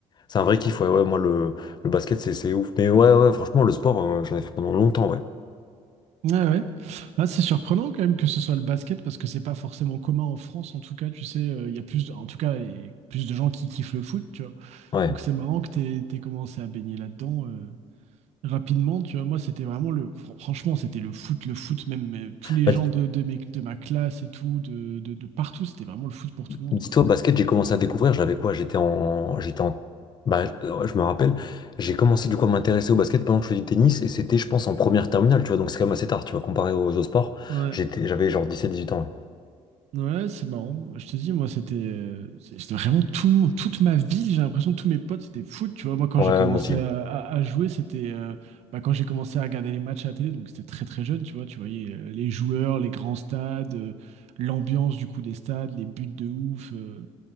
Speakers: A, on the left (about 40°); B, on the right (about 75°).
A: c'est un vrai kiff, ouais, ouais, moi le, le basket c'est c'est ouf. Mais ouais, ouais, franchement, le sport, euh, j'en ai fait pendant longtemps, ouais.
B: Mhm. Ouais, ouais. Là, c'est surprenant quand même que ce soit le basket parce que c'est pas forcément commun en France. En tout cas, tu sais, euh, il y a plus, de- en tout cas, et plus de gens qui kiffent le foot, tu vois.
A: Ouais.
B: Donc c'est marrant que t'aies t'aies commencé à baigner là-dedans. euh, Rapidement, tu vois, moi, c'était vraiment le. fr- Franchement, c'était le foot, le foot, même euh, tous les
A: Bah,
B: gens
A: dis-
B: de, de, mes- de ma classe et tout, de, de, de partout, c'était vraiment le foot pour tout le monde,
A: dis-toi,
B: quoi.
A: basket, j'ai commencé à découvrir, j'avais quoi? J'étais en. J'étais en. Bah, euh, je me rappelle, j'ai commencé du coup à m'intéresser au basket pendant que je faisais du tennis, et c'était, je pense, en première terminale, tu vois, donc c'est quand même assez tard, tu vois, comparé aux autres sports.
B: Ouais,
A: J'étais, j'avais genre 17-18 ans,
B: ouais, c'est marrant. Je te dis, moi, c'était euh, c'est- c'était vraiment tout le monde, toute ma ville, j'ai l'impression, que tous mes potes, c'était foot, tu vois. Moi, quand
A: ouais.
B: j'ai
A: Ouais,
B: commencé
A: moi aussi.
B: à, à- à jouer, c'était. euh, bah, quand j'ai commencé à regarder les matchs à la télé, donc c'était très, très jeune, tu vois, tu voyais euh, les joueurs, les grands stades, euh, l'ambiance, du coup, des stades, les buts de ouf. euh,